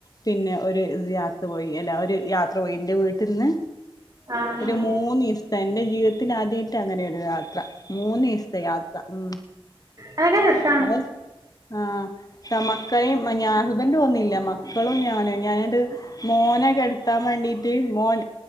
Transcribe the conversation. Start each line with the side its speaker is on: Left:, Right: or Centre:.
Left: പിന്നെ ഒരു സിയാറത്ത് പോയി, അല്ല ഒരു യാത്ര പോയി. എന്റെ വീട്ടിന്ന്
Right: ആഹ്
Left: ഒരു
Right: ആഹ്
Left: മൂന്ന് ഈസത്തെ, എന്റെ ജീവിതത്തിൽ ആദ്യായിട്ട അങ്ങനെയൊരു യാത്ര. മൂന്നീസത്തെ യാത്ര ഉം...
Right: അയക്കെരസ-
Left: അതെ ആഹ തമാ- കയെം ഞാന്, ഹസ്ബൻഡ് വന്നീല്ല. മക്കളും ഞാന് ഞാനട്ട് മോനെ കെടത്താൻ വേണ്ടിട്ട്- ത്തി മോൻ